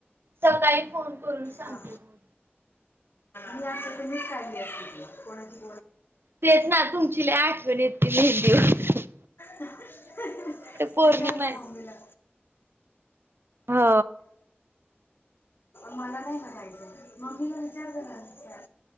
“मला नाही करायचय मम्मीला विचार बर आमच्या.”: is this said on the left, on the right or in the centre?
Left